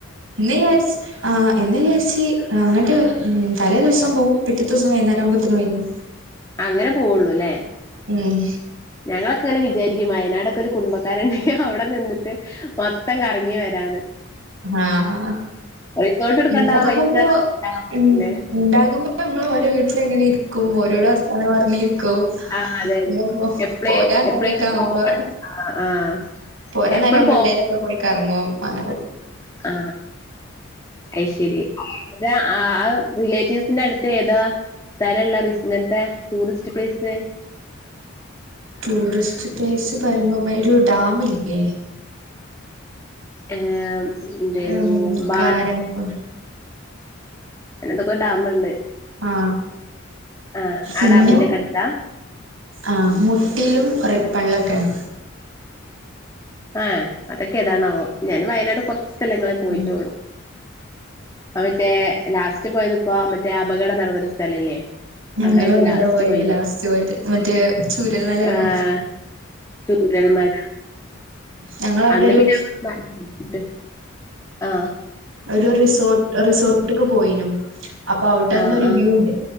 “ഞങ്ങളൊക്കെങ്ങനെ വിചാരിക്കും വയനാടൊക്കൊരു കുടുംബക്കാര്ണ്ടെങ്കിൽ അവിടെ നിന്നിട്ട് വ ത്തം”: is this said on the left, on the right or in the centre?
Left